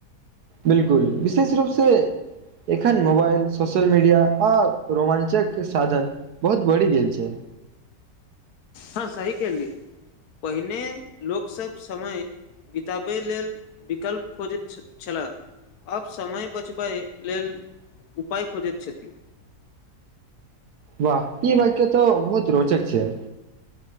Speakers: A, on the right; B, on the left.
A: बिलकुल, विशेष रूपसँ एखन! Mobile social media! आ रोमांचक साधन बहुत बढ़ि गेल छैय।
B: हँ सही के ली, पहिने लोकसभ समय बिताबय लेल, विकल्प खोजैत छलए, आब समय बचबै लेल उपाय खोजैत छथि।
A: वाह! ई वक्य त बहुत रोचक छैय।